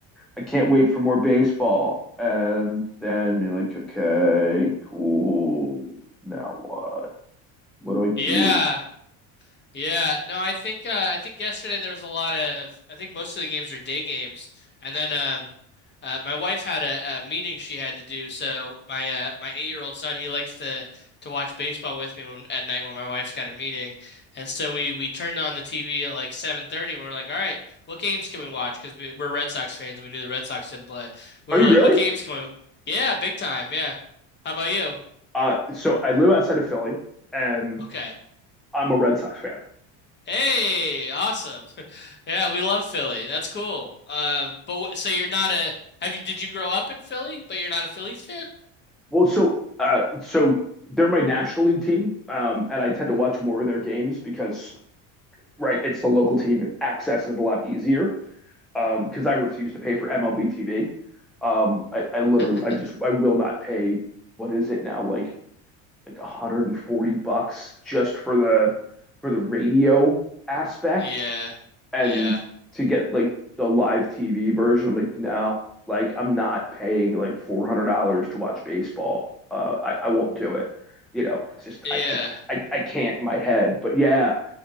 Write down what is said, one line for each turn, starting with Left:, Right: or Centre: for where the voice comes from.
Centre: I can't wait for more baseball. And then you're like, okay, cool. Now what? What do I do?
Left: Yeah. Yeah. No, I think uh I think yesterday there was a lot of I think most of the games were day games. And then um uh my wife had a, a meeting she had to do. So my uh my eight-year-old son, he likes to to watch baseball with me when, at night when my wife's got a meeting. And so we we turned on the TV at like 7:30 and we are like, "All right, what games can we watch?" Because we, we're Red Sox fans and we knew the Red Sox didn't play. We
Centre: Are
Left: were
Centre: you
Left: like,
Centre: really?
Left: "What games can we?" Yeah, big time. Yeah. How about you?
Centre: Uh, so I live outside of Philly, and
Left: Okay.
Centre: I'm a Red Sox fan.
Left: Hey, awesome. <laughs> Yeah, we love Philly. That's cool. Um, but wh- so you're not a have you did you grow up in Philly, but you're not a Phillies fan?
Centre: Well, so uh, so they're my National League team, um, and I tend to watch more of their games because, right, it's the local team. Access is a lot easier um, because I refuse to pay for MLB TV. Um, I, I literally,
Left: <laughs>
Centre: I just, I will not pay. What is it now? Like like 140 bucks just for the for the radio aspect
Left: Yeah.
Centre: and
Left: Yeah.
Centre: to get like the live TV version, I'm like, no, like I'm not paying like four hundred dollars to watch baseball. Uh, I, I won't do it. You know, it's just
Left: Yeah.
Centre: I, I, I I can't in my head. But yeah,